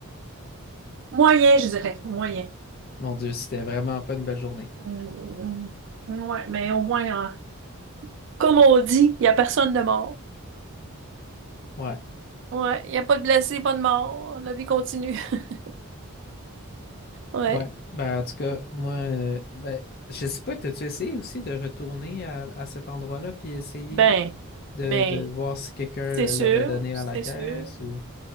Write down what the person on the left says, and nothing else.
Mon Dieu, c'était vraiment pas une belle journée.
Ouais.
Ouais. Ben, en tout cas, moi, euh, ben, je sais pas, t'as-tu essayé aussi de retourner à, à cet endroit-là puis essayer
de,
de voir si quelqu'un
l'aurait donné
à la caisse
ou.